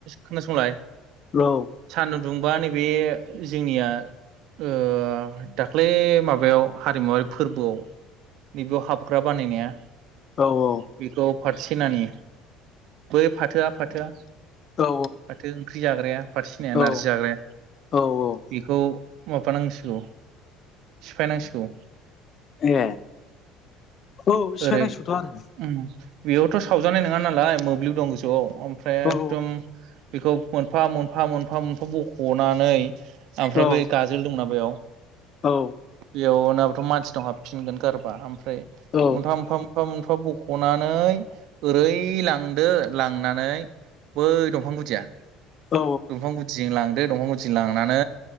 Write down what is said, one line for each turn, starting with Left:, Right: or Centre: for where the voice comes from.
Right: खोनासंलाय
Left: औ
Right: सान्दुं दुंबा नैबे जोंनिया ओ दाख्लै माबायाव हारिमुवारि फोरबोआव नै बेयाव हाबग्रा बानायनाया
Left: औ औ।
Right: बेखौ फाथो सेनानि बै फाथोआ फाथोआ
Left: औ
Right: फाथो ओंख्रि जाग्राया फाथो सेनाया
Left: औ
Right: नारजि जाग्राया
Left: औ औ
Right: बेखौ माबानांसिगौ सिफायनांसिगौ।
Left: ए औ सिफायनांसिगौथ'
Right: ओरै
Left: आरो
Right: उम। बेयावथ' सावजानाय नोङा नालाय मोब्लिब दं गोजौआव ओमफ्राय एकदम
Left: औ
Right: बेखौ मोनफा मोनफा मोनफा मोनफा बख'नानै आमफ्राय
Left: औ
Right: बै गाजोल दंना बेयाव
Left: औ
Right: बेयाव नोङा बाथ' मानसिनाव हाबफिनगोन गारबा आम फाय
Left: औ
Right: मोनफा मोनफा मोनफा मोनफा बख'नानै ओरै लां दो लांनानै बै दंफां गुदिया
Left: औ
Right: दंफां गुदि जों लां दो दंफां गुदि जों लांनानै